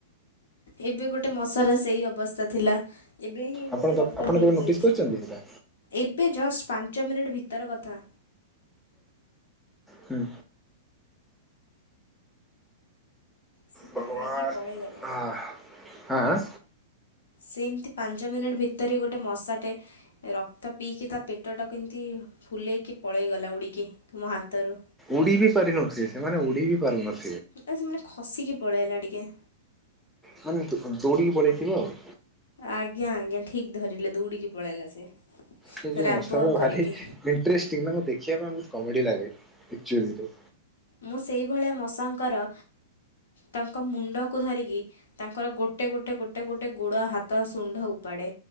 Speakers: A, on the left (about 70°); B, in the centre.
A: ଏବେ ଗୋଟେ ମଶାର ସେଇ ଅବସ୍ଥା ଥିଲା। ଏବେ ହିଁ
B: ଆପଣ
A: ଗୋଟେ ରକ୍ତ
B: ଆପଣ
A: ପିଇକି
B: କେବେ ନୋଟିସ୍
A: ଯାଇଛି।
B: କରିଛନ୍ତି ଏଇଟା?
A: ଏବେ ଜଷ୍ଟ ପାଞ୍ଚ ମିନିଟ୍ ଭିତର କଥା।
B: ହୁଁ।
A: ସେ
B: ଭଗବାନ
A: ଖାଇକି ପଳେଇଗଲା।
B: ଆଃ! ଆଁ ଆଁ।
A: ସେଏମତି ପାଞ୍ଚମିନିଟ୍ ଭିତ୍ ତରେ ଗୋଟେ ମଶାଟେ ରକ୍ତ ପିଇକି ତା ପେଟଟାକୁ ଏମିତି ଫୁଲେଇ କି ପଳେଇଗଲା ଉଡ଼ିକି। ମୋ ହାତରୁ।
B: ଉଡ଼ିବି ପାରିନଥିବେ। ସେମାନେ ଉଡ଼ିବି ପାରୁନଥ
A: ଏ ସେମାନେ ଖସିକି ପଳେଇଲା ଟିକେ।
B: ମାନେ ଦୋ-ଦୌଡ଼ିିକି ପଳେଇଥିବ ଆଉ।
A: ଆଜ୍ଞା ଆଜ୍ଞା, ଠିକ୍ ଧରିଲେ, ଦୌଡିକି ପଳେଇଲା ସେ।
B: ସେଇ ଯଉ
A: ରାମ୍ପ
B: ମଶାଟା
A: ୱାକ୍
B: ଭାରି
A: କରିକି।
B: ଇଣ୍ଟେରିଷ୍ଟିଙ୍ଗ୍ ନା ଦେଖିବା ପାଇଁ ବହୁତ କମେଡି ଲାଗେ। ଏକ୍ଚୁଆଲିରେ।
A: ମୁଁ ସେଇଭଳିଆ ମଶାଙ୍କର ତାଙ୍କ ମୁଣ୍ଡକୁ ଧରିକି, ତାଙ୍କର ଗୋଟେ ଗୋଟେ ଗୋଟେ ଗୋଟେ ଗୋଡ ହାତ ଶୁଣ୍ଢ ଉପାଡ଼େ।